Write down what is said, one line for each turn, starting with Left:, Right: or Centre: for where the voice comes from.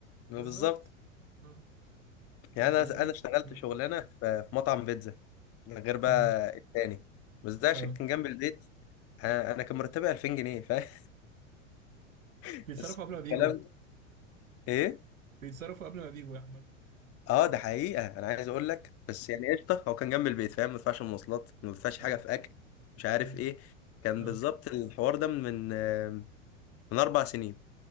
Right: بالظبط
Left: بالظبط
Right: آه.
Left: يعني
Right: طب
Left: انا
Right: بالنسبة
Left: انا اشتغلت
Right: مم.
Left: شغلانه في في مطعم بيتزا غير بقى
Right: مم.
Left: التاني بس ده عشان
Right: اه
Left: كان جنب البيت آه، انا كان مرتبي 2000 جنيه فاهم <laughs>
Right: بيتصرفوا
Left: بس
Right: قبل ما
Left: الكلام
Right: بيجوا
Left: ايه
Right: بيتصرفوا قبل ما بيجوا يا احمد
Left: اه ده حقيقة انا عايز اقول لك بس يعني قشطة هو كان جنب البيت فاهم ما بدفعش مواصلات ما بدفعش
Right: اه
Left: حاجة في اكل مش عارف
Right: أمم،
Left: ايه كان
Right: اه
Left: بالظبط الحوار ده من آم، من اربع سنين